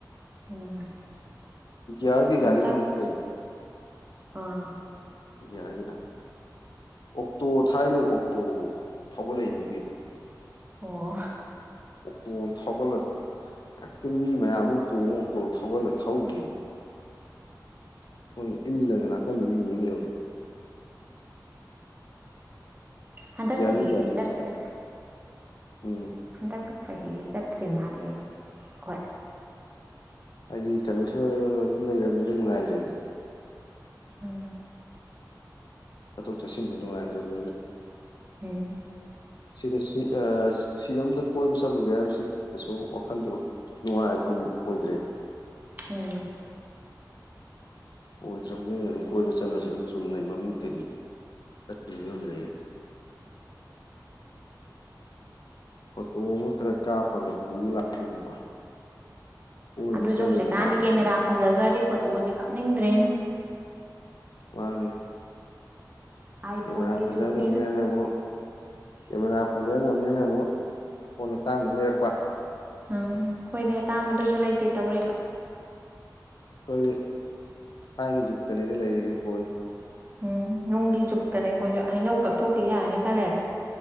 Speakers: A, on the right (about 25°); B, on the left (about 70°).
A: ꯎꯝ
B: ꯒꯤꯌꯔꯒꯤ
A: ꯍꯟꯇꯛ
B: ꯒꯥꯔꯤꯅ ꯑꯃꯨꯛ ꯐꯩ
A: ꯑꯥ
B: ꯒꯤꯌꯔꯒꯤꯅ ꯑꯣꯛꯇꯣ ꯊꯥꯏꯅꯩ ꯑꯣꯛꯇꯣ ꯊꯧꯒꯠꯂꯛꯃꯤ ꯀꯩꯅꯣ
A: ꯑꯣ
B: ꯑꯣꯛꯇꯣ ꯊꯧꯒꯠꯂ ꯍꯦꯛꯇ ꯃꯤ ꯃꯌꯥꯝ ꯑꯃ ꯇꯣꯡꯉ ꯑꯣꯛꯇꯣ ꯊꯧꯒꯜꯂ ꯊꯧꯈꯤꯕꯅꯤ ꯑꯩꯈꯣꯏꯅ ꯏꯜꯂꯒ ꯅꯥꯀꯟꯗ ꯌꯦꯡ ꯂꯩꯍꯧꯔꯦ
A: ꯍꯟꯗꯛ
B: ꯒꯤꯌꯔꯒꯤ
A: ꯆꯍꯤꯒꯤꯗꯤ
B: ꯒꯥꯔꯤꯅꯤꯗ
A: ꯆꯠꯇ꯭ꯔꯤ
B: ꯎꯝ
A: ꯍꯟꯗꯛ ꯆꯍꯤꯒꯤ ꯆꯠꯇ꯭ꯔꯤ ꯃꯥꯜꯂꯦꯕ ꯍꯣꯏ
B: ꯍꯥꯏꯗꯤ ꯀꯩꯅꯣꯁꯨ ꯑꯗꯨꯝ ꯂꯩꯔꯕꯅꯤꯅ ꯅꯨꯡꯉꯥꯏꯇ꯭ꯔꯦꯗꯅ
A: ꯎꯝ
B: ꯆꯠꯊꯣꯛ ꯆꯠꯁꯤꯟꯗ ꯅꯨꯡꯉꯥꯏꯇ꯭ꯔꯕꯅꯤꯅ
A: ꯎꯝ
B: ꯁꯤꯗ ꯁꯤ ꯑꯥ ꯁꯤꯔꯝꯗ ꯀꯣꯏꯕ ꯆꯠꯂꯨꯒꯦ ꯍꯥꯏꯕꯁꯤ ꯀꯩꯁꯨ ꯋꯥꯈꯟꯗ ꯅꯨꯡꯉꯥꯏꯐꯝ ꯑꯣꯏꯗ꯭ꯔꯦ
A: ꯎꯝ
B: ꯑꯣꯏꯗ꯭ꯔꯕꯅꯤꯅ ꯑꯗꯨꯝ ꯀꯣꯏꯕ ꯆꯠꯂꯁꯨ ꯑꯗꯨꯝ ꯆꯨꯝꯅꯩ ꯃꯃꯤꯡꯇꯒꯤ ꯆꯠꯄꯩ ꯐꯤꯕꯝ ꯂꯩꯔꯦ꯫ ꯐꯣꯇꯣ ꯑꯃ ꯈꯔ ꯀꯥꯞꯄꯒ ꯄꯨ ꯂꯥꯛꯄꯒꯨꯝꯕ ꯀꯣꯏꯕ
A: ꯑꯗꯨꯖꯨ
B: ꯆꯠꯂꯦ
A: ꯍꯧꯖꯤꯛꯀꯥꯟꯗꯤ
B: ꯅꯨꯡꯉꯥꯏꯌꯦ
A: ꯀꯦꯃꯦꯔꯥ
B: ꯈꯜꯂꯤ
A: ꯐꯖꯗ꯭ꯔꯗꯤ ꯐꯣꯇꯣꯖꯦ ꯀꯥꯞꯅꯤꯡꯗ꯭ꯔꯦꯅꯦ ꯫
B: ꯃꯥꯅꯤ
A: ꯑꯥꯏ
B: ꯀꯦꯃꯦꯔꯥ
A: ꯐꯣꯟꯒꯤ
B: ꯐꯖꯅꯕꯅꯦꯅ
A: ꯖꯨꯛꯅꯤꯅ
B: ꯑꯃꯨꯛ ꯀꯦꯃꯦꯔꯥ ꯐꯖꯅꯕꯅꯦꯅ ꯑꯃꯨꯛ ꯐꯣꯟꯗ ꯑꯇꯥꯡꯕ ꯂꯩꯔꯛꯄ
A: ꯎꯝ ꯈꯣꯏꯗꯤ ꯑꯇꯥꯡꯕꯗꯨꯖꯨ ꯂꯩꯇꯦ ꯇꯧꯔꯤꯕ
B: ꯈꯣꯏꯗꯤ ꯊꯥꯏꯅꯩ ꯖꯨꯛꯇꯅꯤꯗ ꯂꯩꯔꯤꯖꯦ ꯐꯣꯟ
A: ꯎꯝ ꯅꯨꯡꯒꯤ ꯖꯨꯛꯇꯅꯦ ꯑꯩꯈꯣꯏꯖꯨ ꯍꯩꯅꯧ ꯀꯛꯊꯣꯛꯈꯤ ꯌꯥꯔꯅꯤ ꯈ ꯂꯩꯔ